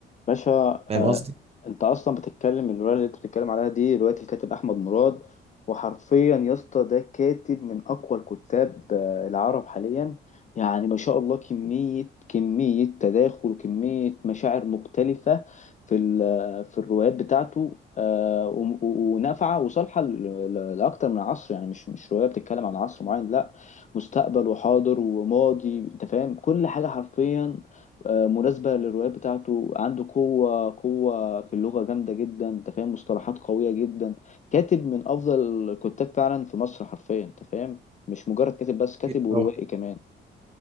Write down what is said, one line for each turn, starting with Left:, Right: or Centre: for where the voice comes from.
Left: باشا
Right: فاهم
Left: آه،
Right: قصدي
Left: انت اصلا بتتكلم الروايه اللي انت بتتكلم عليها دي روايه الكاتب احمد مراد وحرفيا يا اسطى ده كاتب من اقوى الكتاب آه، العرب حاليا يعني ما شاء الله كميه كميه تداخل وكميه مشاعر مختلفه في ال- آه، في الروايات بتاعته آه، و- و- ونافعه وصالحه ل- ل- لاكتر من عصر يعني مش مش روايه بتتكلم عن عصر معين لا مستقبل وحاضر وماضي انت فاهم كل حاجه حرفيا آه، مناسبة للروايات بتاعته عنده قوة قوة في اللغة جامدة جدا انت فاهم مصطلحات قوية جدا كاتب من أفضل الكتاب فعلا في مصر حرفيا انت فاهم مش مجرد كاتب بس كاتب
Right: أكيد
Left: وروائي
Right: طبعا
Left: كمان